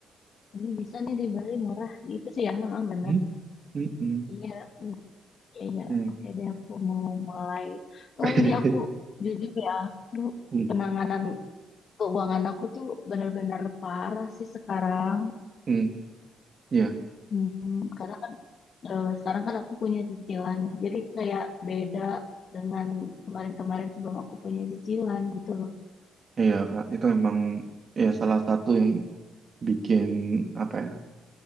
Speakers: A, on the left (about 55°); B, on the right (about 40°).
A: ini bisa nih dibeli murah gitu sih ya heeh, benar.
B: Hmm? Hmm, hmm,
A: Iya, mm, iya, iya.
B: hmm.
A: Oke deh aku mau mulai. Soalnya
B: <laughs>
A: ini aku jujur ya, aduh,
B: Hmm,
A: penanganan keuangan aku tuh benar-benar parah sih sekarang.
B: hmm, iya,
A: Hmm, karena kan eh, sekarang kan aku punya cicilan, jadi kayak beda dengan kemarin-kemarin sebelum aku punya cicilan gitu loh.
B: iya Kak, itu memang ya salah satu yang bikin apa ya